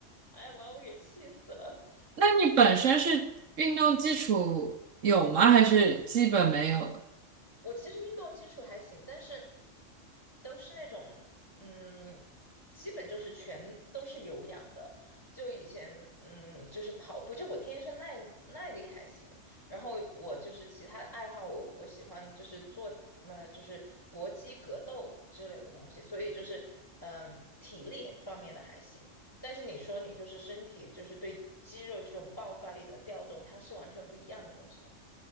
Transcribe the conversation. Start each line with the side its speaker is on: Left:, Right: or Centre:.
Left: 哎呀把我给气死了。
Right: <laughs> 那你本身是运动基础有吗？还是基本没有的
Left: 我其实运动基础还行，但是都是那种，嗯，基本就是全都是有氧的。就以前，嗯，就是跑步，就我天生耐耐力还行，然后我就是其他爱好我，我喜欢就是做，呃，就是搏击、格斗之类的东西，所以就是，嗯，体力方面的还行。但是你说你就是身体，就是对肌肉这种爆发力的调动，它是完全不一样的东西嘛？